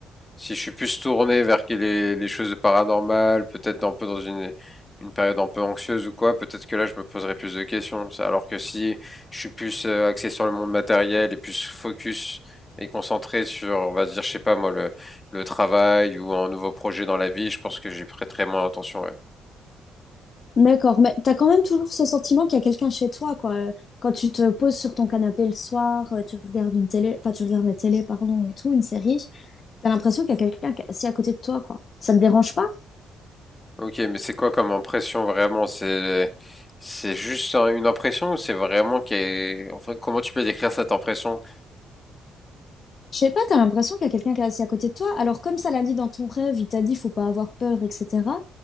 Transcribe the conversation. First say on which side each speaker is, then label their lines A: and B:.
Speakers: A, on the left; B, on the left.
A: si je suis plus tourné vers les, les choses de paranormal, peut-être un peu dans une, une période un peu anxieuse ou quoi, peut-être que là je me poserais plus de questions. Alors que si je suis plus euh, axé sur le monde matériel et plus focus et concentré sur, on va dire, je sais pas moi, le, le travail ou un nouveau projet dans la vie, je pense que j'y prêterais moins attention. Ouais.
B: d'accord. Mais t'as quand même toujours ce sentiment qu'il y a quelqu'un chez toi, quoi. Euh, Quand tu te poses sur ton canapé le soir, euh, tu regardes une télé, enfin, tu regardes la télé, pardon, et tout, une série, t'as l'impression qu'il y a quelqu'un qui est assis à côté de toi, quoi. Ça te dérange pas?
A: Ok, mais c'est quoi comme impression vraiment? C'est c'est juste un- une impression ou c'est vraiment qu'est... Enfin, comment tu peux décrire cette impression?
B: Je sais pas, t'as l'impression qu'il y a quelqu'un qui est assis à côté de toi. Alors, comme ça l'a dit dans ton rêve, il t'a dit faut pas avoir peur, etc.